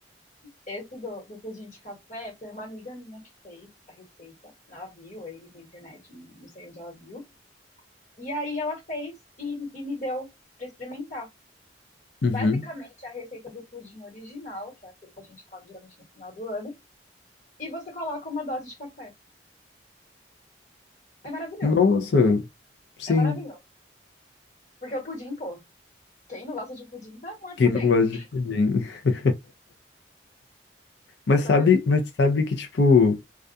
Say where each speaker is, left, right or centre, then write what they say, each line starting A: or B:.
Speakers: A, on the left; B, on the left.
A: Esse do, do pudim de café foi uma amiga minha que fez a receita. Ela viu aí na internet, não sei onde ela viu. E aí ela fez e, e me deu para experimentar.
B: Uhum.
A: Basicamente, a receita do pudim original, que é aquilo que a gente come geralmente no final do ano, e você coloca uma dose de café. É maravilhoso.
B: Nossa, sim.
A: É maravilhoso. Porque o pudim, pô, quem não gosta de pudim tá morto
B: Quem
A: por
B: não
A: dentro.
B: gosta de pudim? <laughs> Mas
A: Tá
B: sabe,
A: fe-
B: mas sabe que, tipo,